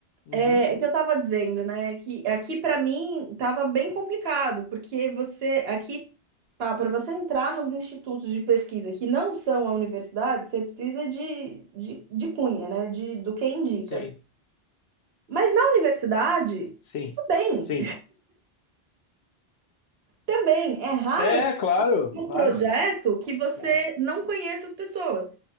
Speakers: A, on the left; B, on the right.
A: uhum.
B: é, o que eu estava dizendo, né? é Que aqui para mim estava bem complicado, porque você aqui para você entrar nos institutos de pesquisa que não são a universidade, você precisa de, de, de cunha, né? De, do que indica.
A: Sim,
B: Mas na universidade,
A: sim,
B: tudo bem.
A: sim.
B: Também é raro
A: É, claro,
B: um
A: claro,
B: projeto que você
A: claro.
B: não conheça as pessoas.